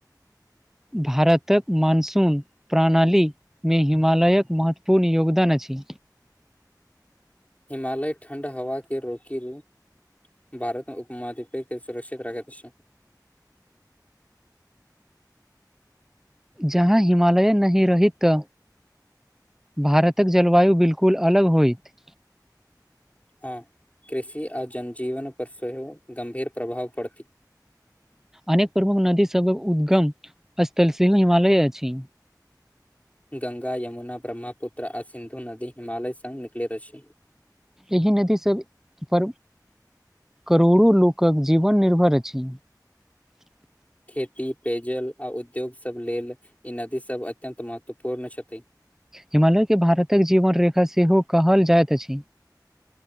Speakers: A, in the centre; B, on the left (about 20°).
A: भारतक मानसून प्रणाली मे हिमालयक महत्वपूर्ण योगदान अछि
B: हिमालय ठण्ड हवा के रोकी रू भारतमे उपमाधिपै सुरक्षित राखैत छै
A: जहाँ हिमालय नहि रही तऽ भारतक जलवायु बिल्कुल अलग होयइत
B: हँ कृषि आ जनजीवन पर सेहो गम्भीर प्रभाव पड़ती
A: अनेक प्रमुख नदी सभक उद्गम स्थल सेहो हिमालय अछि
B: गंगा यमुना ब्रह्मपुत्र आ सिन्धु नदी हिमालय संग निकलैत अछि
A: एहि नदी सब पर करोड़ो लोकक जीवन निर्भर अछि
B: खेती पेयजल आ उद्योग सब लेल ई नदी सब अत्यन्त महत्वपूर्ण छथि
A: हिमालय के भारतक जीवन रेखा सेहो कहल जाइत अछि